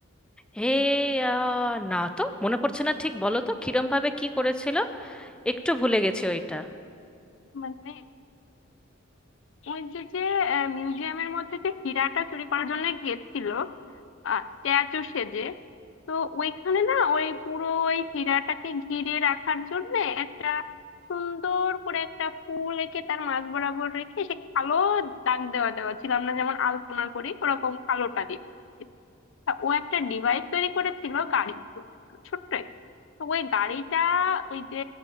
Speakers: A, in the centre; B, on the left.
A: হে আহ, না তো মনে পড়ছে না ঠিক বলো তো কিরম ভাবে কি করেছিল একটু ভুলে গেছি ওইটা
B: মানে ওই যে যে মিউজিয়ামের মধ্যে যে হীরাটা চুরি করার জন্য গেছিল স্ট্যাচু সেজে তো ওইখানে না ওই পুরো ওই হীরাটাকে ঘিরে রাখার জন্য একটা সুন্দর করে একটা ফুল এঁকে তার মাঝ বরাবর রেখে সে কালো দাগ দেওয়া দেওয়া ছিল আমরা যেমন আলপনা করি ওরকম কালোটা দিয়ে করা ছিল। তা ও একটা ডিভাইস তৈরি করেছিল গাড়ি বলতে পারো, ছোট্ট তো ওই গাড়িটা ওই যে